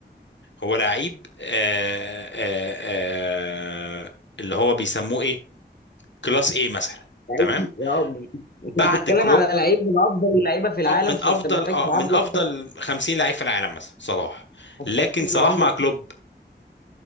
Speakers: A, on the left; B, on the left.
A: هو لعيب آه آه آه اللي هو بيسموه ايه كلاس ايه مثلا
B: لعيب
A: تمام
B: اه انت
A: بعد
B: بتتكلم
A: كلوب
B: على لعيب من افضل اللعيبه في العالم
A: أه، من
B: فانت
A: افضل
B: محتاج
A: اه
B: معامله
A: من افضل
B: خاصة،
A: 50 لعيب في العالم مثلا صلاح
B: انت
A: لكن
B: محتاج
A: صلاح
B: معامله
A: مع
B: خاصة.
A: كلوب